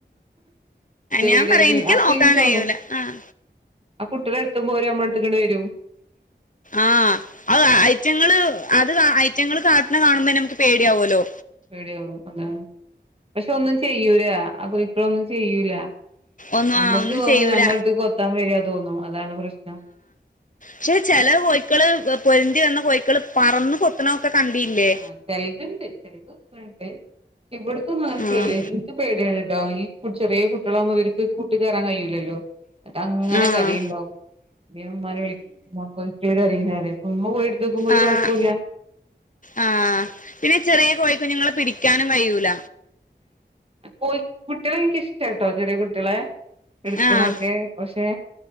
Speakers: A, on the right; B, on the left.
A: പേടിയരി
B: ഞാൻ പറയും എനിക്ക്
A: അപ്പൊ
B: നോക്കാൻ
A: ഇൻക്ക് തോന്നും
B: കഴിയൂല ആഹ്
A: ആ കുട്ട്യളെ എടുത്തുംമ്പോര് അമ്മളെ എടുത്ത്ക്കാണ്ട് വെരും
B: ആഹ് അ ഐറ്റിങ്ങള് അത് ഐറ്റിങ്ങള് കാട്ട്ണെ കാണുമ്പോന്നെ മ്മക്ക് പേടിയാവൊല്ലോ.
A: പേടിയാവും അതാണ് പക്ഷെ ഒന്നും ചെയ്യൂല അ ഇപ്പോളൊന്നും ചെയ്യൂല.
B: ഒന്നും
A: അമ്മക്ക്
B: ആഹ് ഒന്നും
A: തോന്നും
B: ചെയ്യൂല
A: ഞമ്മളെ എട്ത്തിക്ക് കൊത്താൻ വെരാ തോന്നും അതാണ് പ്രശ്നം.
B: ക്ഷെ ചെല കോയ്ക്കള് പൊരുന്തി വന്ന കോയ്ക്കള് പറന്ന് കൊത്ത്ണൊക്കെ കണ്ടീല്ലേ?
A: ആ ചെലതുണ്ട് ചലത് <inaudible> ഇവിടത്തെന്നും ങ്ങനെ
B: ആഹ്
A: ചെല്ലു ഇൻക്ക് പേടിയാണ് ട്ടോ ചെറീയെ കുട്ട്യാളാവുംമ്പോ ഇവര്ക്ക് കൂട്ടിക്കേറാൻ കയ്യൂലല്ലോ. ന്നട്ട് അങ്ങനെ
B: ആഹ്
A: കരയും ഇണ്ടാവുംന്നിട്ട് ഞാ ഉമ്മാനെ വിളി ഉമ്മാ കോഴിക്കള് കരയുണ് പറയും. ഉമ്മ പോയി ഇട്തോക്കുംമ്പോ ഒരു
B: ആഹ്
A: കൊയപ്പൂല്ല.
B: ആഹ് പിന്നെ ചെറിയ കോയി കുഞ്ഞുങ്ങളെ പിടിക്കാനും കയ്യൂല.
A: കോയി കുട്ട്യാളെ എനിക്കിഷ്ടാട്ടോ ചെറിയ കുട്ട്യളെ എടുക്കണൊക്കെ
B: ആഹ്
A: പക്ഷെ